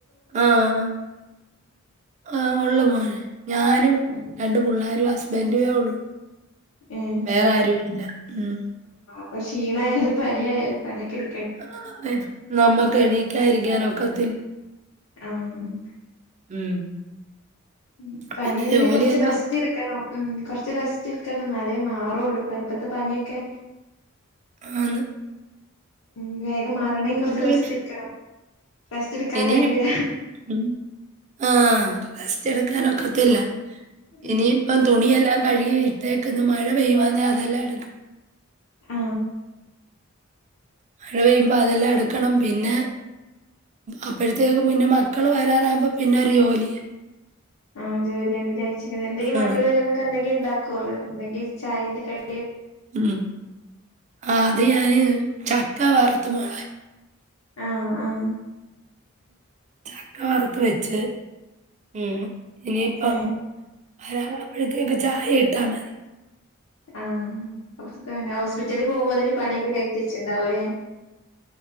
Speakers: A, on the right; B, on the left.
A: ആഹ് ആഹ് ഒള്ളു മോനെ ഞാനും
B: ഉം
A: രണ്ടു പുള്ളേരും ഹസ് ബൻറ്റുവേ ഒള്ളു
B: ഏഹ്
A: വേറേ ആരുവില്ല ഉം
B: അപ്പ ക്ഷീണയാലും പനിയായാലും പണിയൊക്കെ ഇടു
A: ആന്നെ നമ്മക്ക് എണീക്കാതിരിക്കാനൊക്കത്തില്ല
B: ആഹ്
A: ഉം
B: ഉം പനിയായ
A: പിന്നെ ജോലിയെല്ലാം
B: കൊറച്ച് റെസ്റ്റ്
A: ഒതുക്കി
B: എടുക്കണം ഉം കൊറ ച്ച് റെസ്റ്റ് എടുക്കണം എന്നാലേ മാറുവൊള്ളൂ പനി ഇപ്പത്ത പനിയൊക്കെ
A: ആ ന്ന്
B: ഉം വേഗം മാറണമെങ്കിൽ കൊറച്ച് റെസ്റ്റ്
A: പിന്നെ
B: എടുക്കണം റെസ്റ്റ് എടുക്കാൻ
A: ഇനി
B: കഴിയൂല
A: ഉം. ആഹ്. റെസ്റ്റ് എടുക്കാൻ ഒക്കത്തില്ല
B: ഉം
A: ഇനി ഇപ്പം തുണിയെല്ലാം- കഴുകി ഇട്ടേക്ക്ന്ന് മഴ പെയ്യുവാനെ അതെല്ലാം എടുക്കണം
B: ആ
A: മഴ പെയ്യുമ്പോ അതെല്ലാം എടുക്കണം പിന്നെ അപ്പോഴത്തേക്ക് പിന്നെ മക്കള് വരാറാകുമ്പോ പിന്നെ ഒരു ജോലിയാ
B: ആ ജോലിയാണ് വിചാരിച്ച് ഇങ്ങനെ എന്തെങ്കിലും
A: ആഹ്.
B: മക്കള് വരുമ്പൊക്കെ ഇണ്ടാക്കൊറ് എന്തെങ്കി ചായൻ്റെ കടി
A: ഉം ആ അത് ഞാന് ചക്ക വറത്തു മോളെ
B: ആഹ് ആഹ്
A: ചക്ക വറുത്ത് വെച്ച് ഉം ഇനിയിപ്പം
B: ഏഹ്
A: വരാറാവുമ്പോഴത്തേക്കും ചായ ഇട്ടാ മതി
B: ആഹ് അവസ്ഥ തന്നെ കാരണം ഹോസ്പിറ്റലില് പോവുമ്പത്തെനും പണിയൊക്കെ കൈച്ച് തിരിച്ചു വരും ണ്ടാവൂലെ